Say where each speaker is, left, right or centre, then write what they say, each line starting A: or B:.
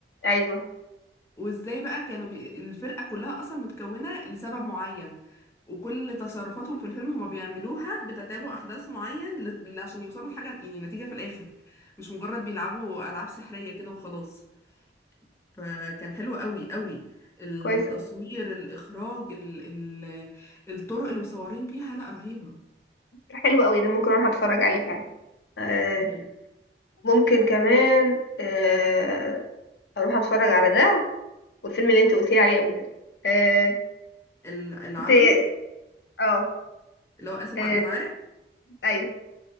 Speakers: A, on the left (about 70°); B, on the left (about 15°).
A: ايوه
B: وازاي بقى كانوا بي... الفرقة كلها أصلا متكونة لسبب معين وكل تصرفاتهم في الفيلم هم بيعملوها بتتابع أحداث معين ل... عشان يوصلوا لحاجة يعني نتيجة في الآخر مش مجرد بيلعبوا ألعاب سحرية كده وخلاص فكان حلو قوي قوي التصوير
A: كويس قوي
B: الإخراج ال ال الطرق اللي مصورين بيها لا رهيبة
A: حلو قوي ده ممكن اروح اتفرج عليه فعلا آه،
B: أيوة
A: ممكن كمان آه، اروح اتفرج على ده والفيلم اللي انت قلت لي عليه قبل كده آه،
B: ال- العربي
A: انت اه
B: اللي هو آسف
A: آه،
B: على الإزعاج
A: ايوه